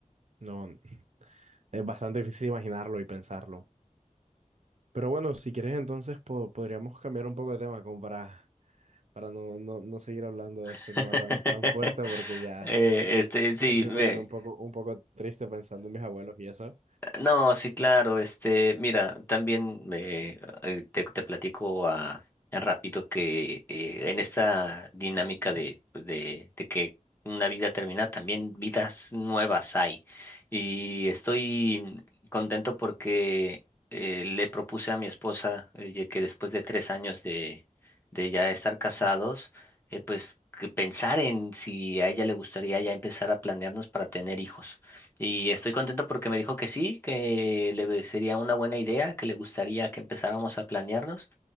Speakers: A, on the right; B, on the left.
A: No, es bastante difícil imaginarlo y pensarlo. Pero bueno, si quieres entonces po- podríamos cambiar un poco de tema como para, para no, no, no seguir hablando de
B: <laughs>
A: este tema tan, tan fuerte porque ya
B: Eh, este, sí,
A: me estoy
B: me,
A: poniendo un poco, un poco triste pensando en mis abuelos y eso.
B: No, sí, claro, este, mira, también me, eh, te, te platico a, rápido que eh, en esta dinámica de, de, de que una vida termina, también vidas nuevas hay. Y estoy contento porque eh, le propuse a mi esposa eh, ya que después de tres años de, de ya estar casados, eh, pues que pensar en si a ella le gustaría ya empezar a planearnos para tener hijos. Y estoy contento porque me dijo que sí, que le sería una buena idea, que le gustaría que empezáramos a planearnos.